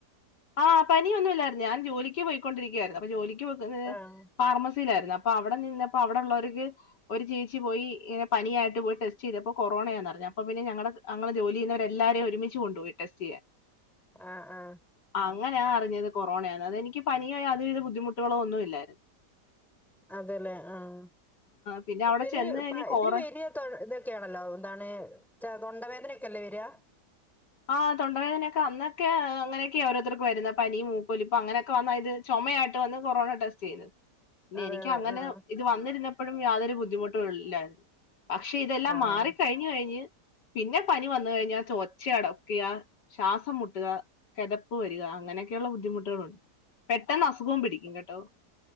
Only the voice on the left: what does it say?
ആഹ് പനിയൊന്നും ഇല്ലായിരുന്നു ഞാൻ ജോലിക്ക് പോയിക്കൊണ്ടിരിക്കുകയായിരുന്നു അപ്പൊ ജോലിക്ക് പോകുന്നത്
ഫാർമസിയിലായിരുന്നു അപ്പൊ അവിടെ നിന്നപ്പോ അവിടെ ഉള്ളവർക്ക് ഒരു ചേച്ചി പോയി ഇങ്ങനെ പനിയായിട്ട് പോയി ടെസ്റ്റ് ചെയ്തപ്പോ കൊറോണന്ന് പറഞ്ഞു അപ്പൊ പിന്നെ ഞങ്ങളത് ഞങ്ങള് ജോലി ചെയുന്നവരെ എല്ലാരെയും ഒരുമിച്ച് കൊണ്ട് പോയി ടെസ്റ്റ് ചെയാൻ
അങ്ങനെയാ അറിഞ്ഞത് കൊറോണയാന്ന് അതെനിക്ക് പനിയോ യാതൊരു വിധ ബുദ്ധിമുട്ടുകളോ ഒന്നും ഇല്ലായിരുന്നു
പിന്നെ അവിടെ
ചെന്ന് കഴിഞ്ഞ്
കോറ
ആഹ് തൊണ്ട വേദനൊക്കെ അന്നൊക്കെ അങ്ങനൊക്കെ ഓരോര്ത്തർക്കും വരുന്ന പനിയും മൂക്കൊലിപ്പും അങ്ങനെയൊക്കെ വന്ന ഇത് ചുമയായിട്ട് വന്ന് കൊറോണ ടെസ്റ്റ് ചെയ്ത് പിന്നെ
എനിക്ക്
അങ്ങനെ
ഇത് വന്നിരുന്നപ്പോഴും യാതൊരു ബുദ്ധിമുട്ടും ഇല്ലായി <inaudible> പക്ഷെ ഇതെല്ലാം
മാറിക്കഴിഞ്ഞ് കഴിഞ്ഞ് പിന്നെ പനി വന്ന് കഴിഞ്ഞാൽ ചോ ഒച്ച അടക്കുക ശ്വാസം മുട്ടുക കിതപ്പ് വരിക അങ്ങനെയൊക്കെയുള്ള ബുദ്ധിമുട്ടുകളുണ്ട് പെട്ടെന്ന് അസുഖവും പിടിക്കും കെട്ടോ